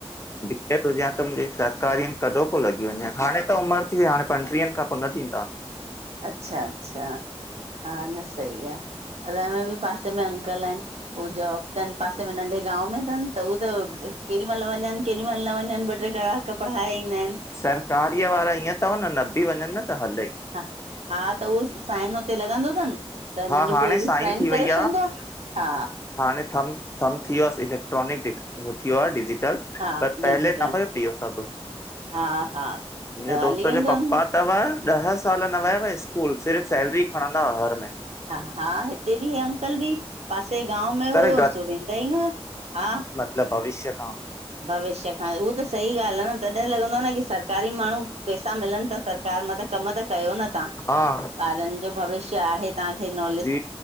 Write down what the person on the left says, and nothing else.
बी एड हुजे हा त मुंजे सर कार्यम कॾो को लॻी वञे हा हाणे त उम्र थी वइ आहे हाणे पंटीहनि खां पोइ न ॾींदा
सरकारीअ वारा ईअं अथव न नबि वञन त हले।
हा
हाणे
थी
वई
हाणे थम थम् थी वियोसि इलेक्ट्रॉनिक डि उो थी वियो आहे डिजिटल
पर
पहले पापा ॼो पियो सबु
मुंहिंजे
दोस्त
जो
पप्पा त वह ॾह साल न वयव स्कूल सिर्फ़ सैलरी खणंदाआ हर महीने।
पर
ल भविष्य खाॉं
हा
जी